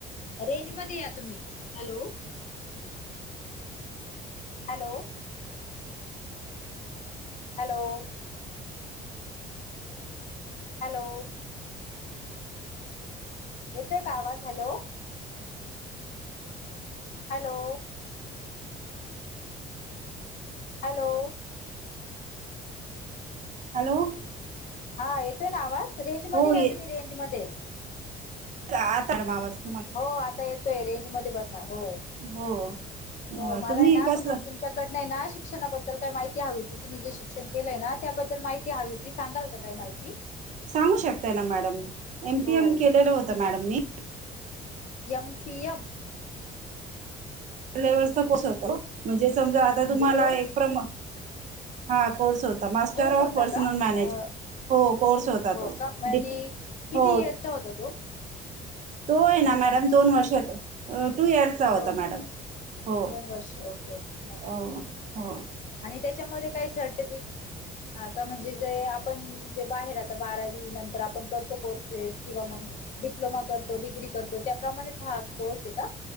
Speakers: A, on the left; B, on the right.
A: रेंज मध्ये या तुम्ही! हॅलो. हॅलो. हॅलो. हॅलो. येतोय का आवाज? हॅलो. हॅलो. हॅलो.
B: हॅलो.
A: हा येतोय ना आवाज? रेंज
B: हो
A: मध्ये या तुम्ही, रेंज मध्ये.
B: आ तर्मावस् <unintelligible>
A: हो आता येतोय रेंज मध्ये बसा, हो,
B: हो
A: हो
B: अ
A: मला
B: तुम्ही
A: आहे ना
B: कसलं
A: तुम तुमच्या. नाही ना शिक्षणाबद्दल काही माहिती हवी होती, तुम्ही जे शिक्षण केलंय ना त्याबद्दल माहिती हवी होती. तुम्ही सांगाल का काय माहिती?
B: सांगू शकताय ना मॅडम, एम.
A: हो
B: पी. एम. केलेलं होतं मॅडम मी.
A: एम. पी. एम.
B: लेवलचा कोर्स होतो, म्हणजे समजा आता
A: म्हणजे
B: तुम्हाला
A: कोर्स
B: एक प्र हा कोर्स होतो. मास्टर
A: कोर्स होता
B: ऑफ पर्सनल
A: का
B: मॅनेजमेंट.
A: अ
B: हो कोर्स होता
A: हो
B: तो
A: का आणि
B: प
A: किती
B: हो.
A: इयरचा होता तो
B: तो आहे ना मॅडम दोन वर्ष येतो. टू इयर्सचा होता
A: दोन
B: मॅडम. हो,
A: दोन वर्ष ओके ओके
B: हो, हो
A: आणि त्याच्यामध्ये काही सर्टिफिकेट हा का? म्हणजे जे आपण जे बाहेर आता बारावी नंतर आपण करतो कोर्सेस किंवा मग डिप्लोमा करतो, डिग्री करतो त्याप्रमाणेच हा कोर्स आहे का?